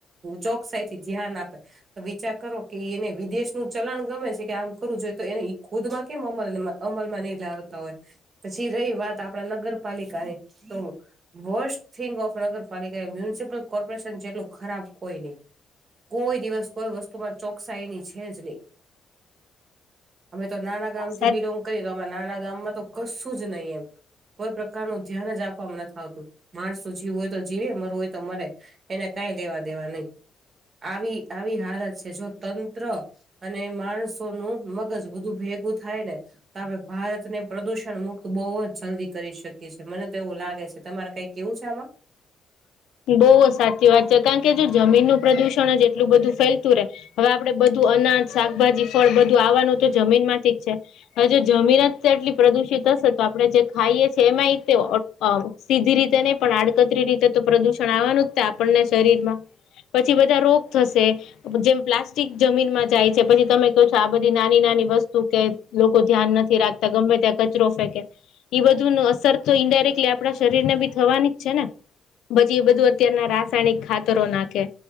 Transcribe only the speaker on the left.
સાચ
બહુ સાચી વાત છે કારણ કે જો જમીનનું પ્રદુષણ જ એટલું બધું ફેલતું રહે હવે આપડે બધું અનાજ, શાકભાજી, ફળ બધું આવવાનું તો જમીન માંથી જ છે. હ જો જમીન જ એટલી પ્રદુષિત હશે તો આપણે જે ખાઈએ છે એમાં ઈ તો અ સીધી રીતે નહી પણ આડકતરી રીતે તો પ્રદુષણ આવવાનું જ છે આપણને શરીર માં. પછી બધા રોગ થશે. જેમ પ્લાસ્ટિક જમીનમાં જાય છે પછી તમે કહો છો આ બધી નાની નાની વસ્તુ કે લોકો ધ્યાન નથી રાખતા ગમે ત્યાં કચરો ફેંકે. ઈ બધું નો અસર તો ઈન્ડાયરેક્ટલી આપણા શરીર ને બી થવાની જ છે ને. પછી, એ બધું અત્યારના રાસાયણિક ખાતરો નાખે.